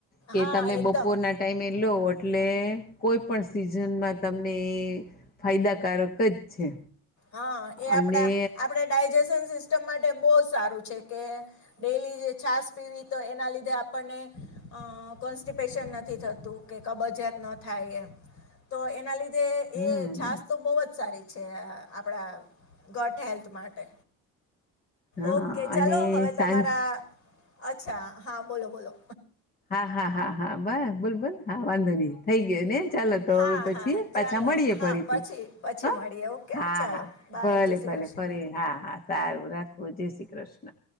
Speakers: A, on the left; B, on the left.
A: કે
B: હા
A: તમે
B: એકદમ
A: બપોરના ટાઈમે લો એટલે કોઈ પણ સિઝનમાં તમને એ ફાયદાકારક જ છે.
B: હા એ આપડા
A: અને
B: આપડે ડાયજેશન સિસ્ટમ માટે બહુ જ સારું છે. કે ડેલી જે છાસ પીવી, તો એના લીધે આપણને અ કોન્સ્ટિપેશન નથી થતું, કે કબજયાત ન થાય એમ. તો એના લીધે જે એ
A: હમ
B: છાસ તો બહુ જ સારી છે આપડા ગટ હેલ્થ માટે.
A: હા
B: ઓકે. ચાલો
A: અને
B: હવે
A: સાંજ
B: તમારા અચ્છા, હા બોલો બોલો.
A: હા હા હા હા બ બોલ બોલ હા વાંધો નહી. થઈ ગયોને. ચાલો તો.
B: હા
A: હવે પછી
B: હા હા
A: પાછા
B: ચાલો
A: મળીએ
B: હા
A: ફરીથી
B: પછી પછી
A: હ.
B: મળીએ ઓકે
A: હા
B: ચાલો
A: હા.
B: બાય
A: ભલે
B: જય શ્રી
A: ભલે.
B: કૃષ્ણ
A: ફરી હા હા સારું રાખો. જય શ્રી કૃષ્ણ.